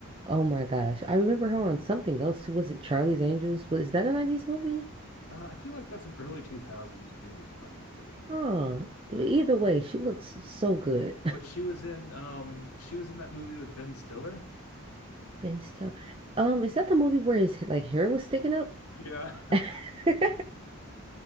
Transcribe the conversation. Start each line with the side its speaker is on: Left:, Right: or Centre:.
Right: Oh my gosh. I remember her on something else too. Was it Charlie's Angels? Was that a 90s movie?
Left: Uh, I feel like that's an early 2000s movie, probably.
Right: Huh. Either way, she looks so good.
Left: but she was in um she was in that movie with Ben Stiller.
Right: <laughs> Ben Stiller. Um, is that the movie where his like hair was sticking up?
Left: Yeah.
Right: <laughs>